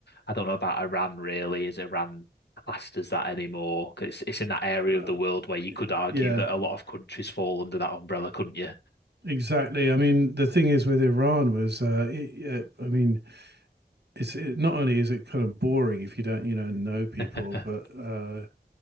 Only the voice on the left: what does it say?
I don't know about Iran really. Is Iran classed as that anymore? 'Cause it's it's in that area
of the world where you could argue
that a lot of countries fall under that umbrella, couldn't you?
<laughs>